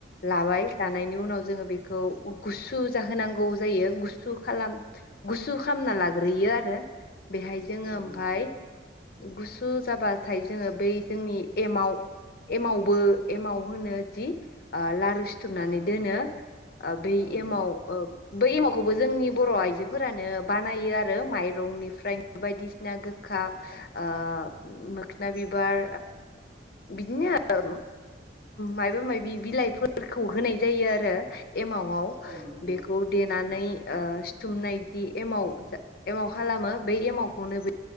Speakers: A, on the left; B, on the right.
A: लाबाय लानायनि उनाव जोङो बेखौ गुसु जाहोनांगौ जायो गुसु खालाम गुसु खालामना लाग्रोयो आरो बेहाय जोङो
B: औ
A: ओमफ्राय
B: नंगौ नोंथां
A: गुसु जाबाथाय जोङो बै जोंनि एमाव एमावबो एमाव होनो जि ओ लारु सिथुमनानै
B: औ नंगौ
A: दोनो ब
B: औ नंगौ
A: एमाव बै एमावखौबो जोंनि बर' आइजोफोरानो बानायो आरो माइरंनिफ्रायनो बायदिसिना गोखा मोखना बिबार बिदिनो आरो मायाबा माबि बिलाइफोरखौ होनाय जायो आरो एमावआव
B: औ नंगौ
A: बेखौ
B: नोंथां
A: देनानै
B: औ
A: सिुथुमनायदि एमाव जा एमाव खालामो बै एमावखौनो बे